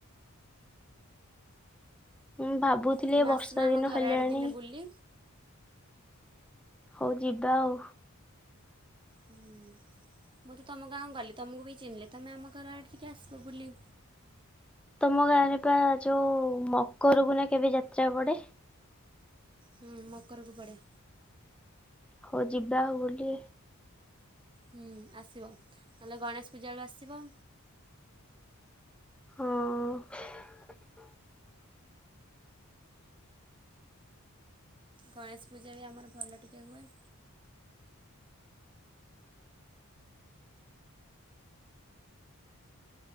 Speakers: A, in the centre; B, on the right.
A: ମୁଁ ଭାବୁଥିଲି
B: ତମେ
A: ବର୍ଷା
B: ଆସୁନ ଆମ
A: ଦିନ
B: ଘର
A: ହେଲାଣି।
B: ଆଡ଼େ ଦିନେ ବୁଲି
A: ହଉ ଯିବା ଆଉ।
B: ହୁଁ ମୁଁ ତ ତୁମ ଗାଁକୁ ଗଲି ତୁମକୁ ବି ଚିହ୍ନିଲେ ତୁମେ ଆମ ଘର ଆଡ଼େ ଟିକେ ଆସିବ ବୁଲି।
A: ତମ ଗାଁରେ ପା ଯୋଉ ମକରକୁ ନା କେବେ ଯାତ୍ରା ପଡେ।
B: ହୁଁ ମକରକୁ ପଡ଼େ।
A: ହଉ ଯିବା ଆଉ ବୁଲି।
B: ହୁ ଆସିବ ତାହେଲେ ଗଣେଶ ପୂଜା ବଳକୁ ଆସିବ।
A: ହଁ।
B: ଗଣେଶ ପୂଜା ବି ଆମର ଭଲ ଟିକଏ ହୁଏ।